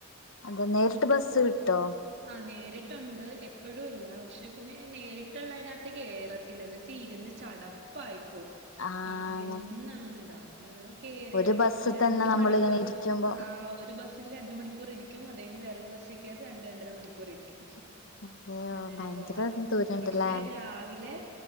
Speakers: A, on the left (about 60°); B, on the right (about 50°).
A: അപ്പോ നേരിട്ട് ബസ്സ് കിട്ടോ
B: ആഹ് നേരിട്ടുണ്ട് എപ്പോഴുമില്ല പക്ഷെ പിന്നെ നേരിട്ടുള്ളതിനതിനകത്ത് കേറ- ത്തില്ല ഇരുന്ന് ചടപ്പായിപ്പോ
A: ആഹ്
B: ഇരുന്ന് അങ്ങനെ ഇതാവും അത് കയറി
A: ഒരു
B: ഇറങ്ങിപ്പോ
A: ബസ്സി
B: രണ്ട്
A: തന്നെ നമ്മളിങ്ങനെ
B: മണിക്കൂർ
A: ഇരിക്കുമ്പോ
B: ആഹ് ഒരു ബസ് രണ്ട് മണിക്കൂർ ഇരിക്കും അത് കഴിഞ്ഞ് വേറൊരു ബസിൽ കയറും രണ്ട് രണ്ടര മണിക്കൂർ ഇരിക്കും.
A: അതെയോ
B: അങ്ങനെയ
A: ഭയങ്കര
B: പോകാറുള്ളത്
A: ദൂരണ്ടല്ലേ
B: പക്ഷെ രാവിലെ